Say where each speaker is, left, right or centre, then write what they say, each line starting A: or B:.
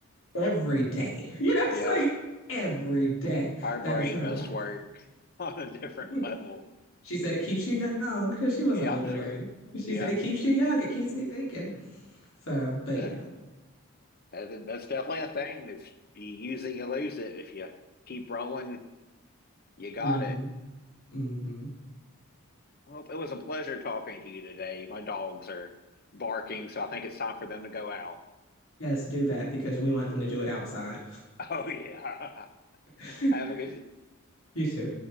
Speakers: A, on the left (about 65°); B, on the left (about 45°).
A: every day. <laughs> You know, it's
B: Yeah.
A: like every day.
B: Our
A: That
B: brain
A: is her
B: must
A: life.
B: work <laughs> on a different
A: <laughs>
B: level.
A: she said it keeps you young because she was
B: Yeah,
A: an older
B: I'm sure.
A: lady. She
B: Yeah.
A: said it keeps you young. It keeps me thinking. So, but
B: That,
A: yeah.
B: that that's definitely a thing. If you use it, you lose it. If you keep rolling, you got
A: Mm-hmm.
B: it.
A: Mm-hmm.
B: Well, it was a pleasure talking to you today. My dogs are barking, so I think it's time for them to go out.
A: Yes, do that because we want them to do it outside.
B: Oh, yeah.
A: <laughs>
B: <laughs> Have a good day.
A: you too.